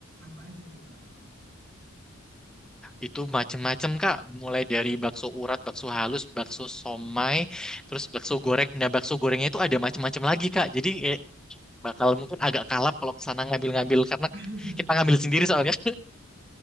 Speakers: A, on the right; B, in the centre.
A: apa aja tuh Kak?
B: itu macam-macam Kak. Mulai dari bakso urat, bakso halus, bakso somai, terus bakso goreng. Nah, bakso gorengnya itu ada macam-macam lagi Kak. Jadi eh, bakal mungkin agak kalap kalau kesana ngambil-ngambil karena
A: <laughs>
B: kita ngambil sendiri soalnya.